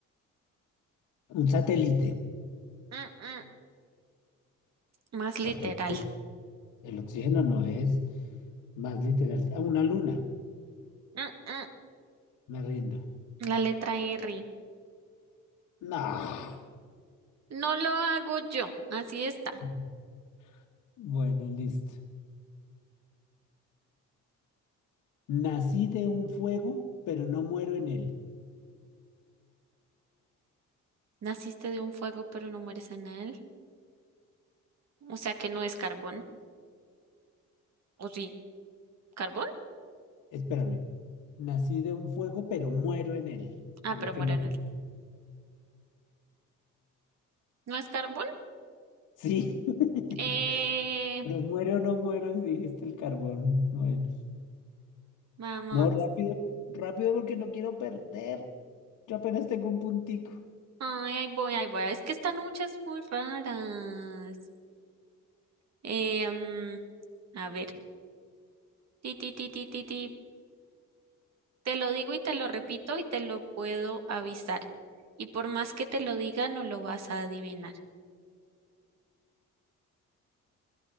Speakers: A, on the left; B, on the right.
A: Un satélite.
B: mm, mm. Más literal.
A: Porque el el oxígeno no es más literal. Ah, una luna.
B: Mm, mm.
A: Me rindo.
B: La letra R.
A: No.
B: No lo hago yo, así está.
A: <laughs> Bueno, listo. Nací de un fuego, pero no muero en él.
B: Naciste de un fuego, pero no mueres en él. O sea que no es carbón. ¿O sí? ¿Carbón?
A: Espérame. Nací de un fuego, pero muero en él.
B: Ah,
A: No
B: pero
A: que
B: muero
A: no.
B: en él. ¿No es carbón?
A: Sí. <laughs>
B: Eh...
A: Pero muero o no muero, dijiste el carbón. Bueno.
B: Vamos.
A: No, rápido. Rápido porque no quiero perder. Yo apenas tengo un puntico.
B: Ay, ahí voy, ahí voy. Es que están muchas muy raras. Em, a ver, ti, ti, ti, ti, ti, ti. Te lo digo y te lo repito y te lo puedo avisar. Y por más que te lo diga, no lo vas a adivinar.